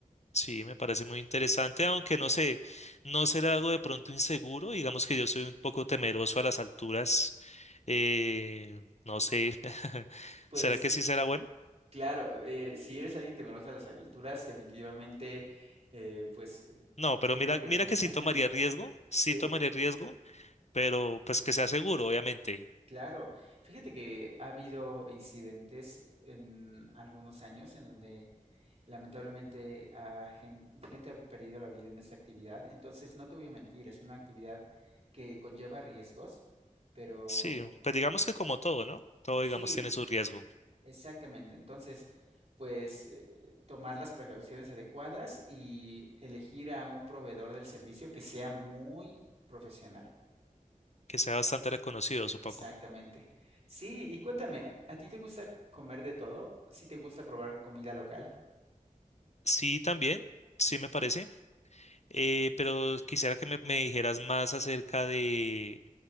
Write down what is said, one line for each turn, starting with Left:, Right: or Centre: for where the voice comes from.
Left: sí, me parece muy interesante, aunque no sé, no será algo de pronto inseguro, digamos que yo soy un poco temeroso a las alturas, eh, no sé, <laughs>
Right: Pues
Left: ¿será que sí será bueno?
Right: claro, eh, eh, si eres alguien temeroso a las alturas, definitivamente, eh, pues eh,
Left: No, pero
Right: yo
Left: mira,
Right: creo que
Left: mira
Right: pues,
Left: que sí
Right: <laughs>
Left: tomaría riesgo, sí
Right: sí,
Left: tomaría riesgo, pero pues que sea seguro, obviamente.
Right: claro. Fíjate que ha habido incidentes en algunos años en donde lamentablemente ha gen- gente ha perdido la vida en esta actividad. Entonces, no te voy a mentir, es una actividad que conlleva riesgos, pero
Left: Sí, pues digamos que como todo, ¿no? Todo,
Right: sí,
Left: digamos, tiene su riesgo,
Right: Exactamente. Entonces, pues eh, tomar las precauciones adecuadas y elegir a un proveedor del servicio que sea muy profesional.
Left: que sea bastante reconocido, supongo.
Right: Exactamente. Sí, y cuéntame, ¿a ti te gusta comer de todo? ¿Sí te gusta probar comida local?
Left: Sí, también, sí
Right: Ujú,
Left: me parece. Eh, pero quisiera que me, me dijeras más acerca de,